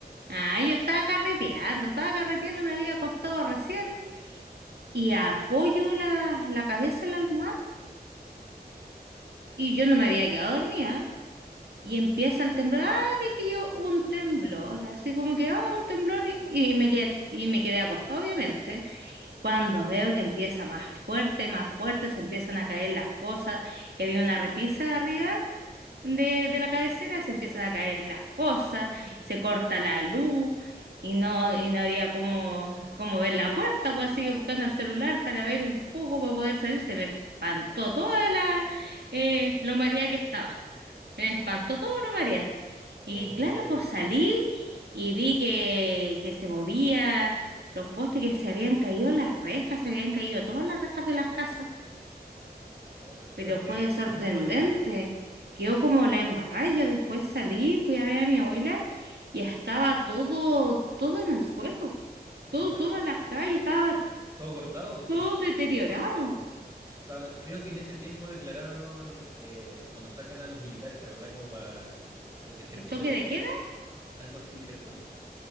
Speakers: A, on the right (about 75°); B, on the right (about 20°).
A: ah, yo estaba carreteando, estaba carreteando, me había acostado recién y apoyo la, la cabeza en la almohada y yo no me había quedado dormida. Y empieza el temblor, ah, dije yo, un temblor, así como que, ah, un temblor, y, y me quedé, y me quedé acostado, obviamente. Cuando veo que empieza más fuerte, más fuerte, se empiezan a caer las cosas, que había una repisa arriba de, de la cabecera, se empiezan a caer las cosas, se corta la luz, y no, y no había cómo, cómo ver la puerta, pues así que buscando el celular para ver un poco, para poder salir, se me espantó toda la, eh, lo mareada que estaba. Me espantó todo lo marea.
B: Oh,
A: Y claro, pues salí y vi que, que se movía, los postes que se habían caído, las rejas, se habían caído todas las rejas de las casas,
B: oh, fue fuerte,
A: pero fue
B: fue
A: sorprendente.
B: muy fuerte.
A: Quedó como la embarrada. Yo después salí, fui a ver a mi abuela y estaba todo, todo en el suelo,
B: Pues
A: todo,
B: yo
A: todas las calles, estaba
B: todo cortado, pues
A: todo
B: sí.
A: deteriorado.
B: Estaba, creo que en ese tiempo declararon eh, cuando sacan a los militares, ¿te acordás? Como para proteger
A: El
B: todo.
A: toque de queda
B: Algo así, ¿cierto?